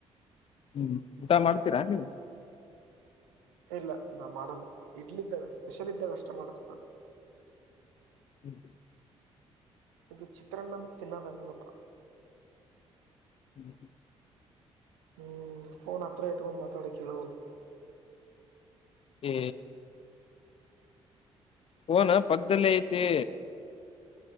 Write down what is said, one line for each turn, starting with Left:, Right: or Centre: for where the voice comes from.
Left: ಹ್ಮ್ ಊಟ ಮಾಡ್ತೀರಾ ನೀವು
Right: ಇಲ್ಲ ನಾ ಮಾಡಲ್ಲ ಇಡ್ಲಿ ಇದ್ದಾಗ ಸ್ಪೆಷಲ್ ಇದ್ದಾಗ ಅಷ್ಟ ಮಾಡತ ನಾನು
Left: ಹ್ಮ್
Right: ಇದು ಚಿತ್ರಾನ್ನ ತಿನ್ನೋದಾಗಲ್ಲಪ್ಪಾ
Left: ಹ್ಮ್ ಹ್ಮ
Right: ಹ್ಮ್ ಫೋನ್ ಹತ್ರ ಇಟ್ಕೊಂಡು ಮಾತಾಡಿ ಕೇಳೋ
Left: ಹ್ಮ ಫೋನ್ ಪಕ್ಕದಲ್ಲಿ ಐತಿ